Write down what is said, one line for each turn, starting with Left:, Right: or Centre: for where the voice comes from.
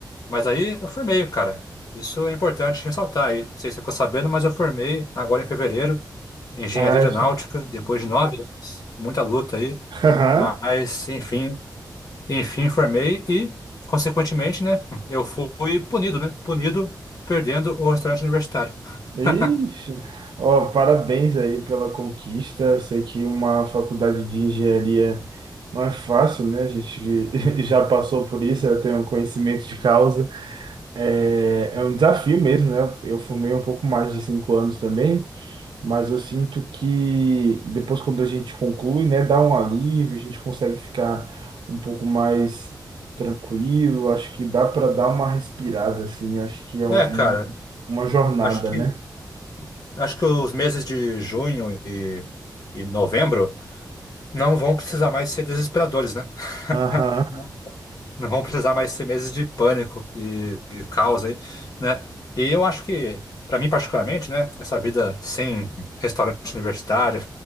Left: mas aí eu formei, cara. Isso é importante ressaltar aí. Não sei se você ficou sabendo, mas eu formei agora em fevereiro, engenharia
Right: Ah,
Left: aeronáutica,
Right: isso.
Left: depois de nove anos, muita luta aí.
Right: <laughs> Aham.
Left: Mas, enfim, enfim, formei e, consequentemente, né, eu fui punido, né? Punido perdendo o restaurante universitário.
Right: Ixi.
Left: <laughs>
Right: Ó, parabéns aí pela conquista. Eu sei que uma faculdade de engenharia não é fácil, né? A gente <laughs> já passou por isso, eu tenho um conhecimento de causa. É, é um desafio mesmo, né? Eu fumei um pouco mais de cinco anos também, mas eu sinto que depois, quando a gente conclui, né, dá um alívio, a gente consegue ficar um pouco mais tranquilo. Acho que dá para dar uma respirada, assim. Acho que é
Left: É,
Right: um-
Left: cara,
Right: um- uma jornada,
Left: acho que.
Right: né?
Left: acho que os meses de junho e, e novembro não vão precisar mais ser desesperadores, né? <laughs>
Right: Aham,
Left: Não, não vão precisar mais ser meses de pânico e, e caos aí, né? E eu acho que, para mim particularmente, né, essa vida sem restaurante universitário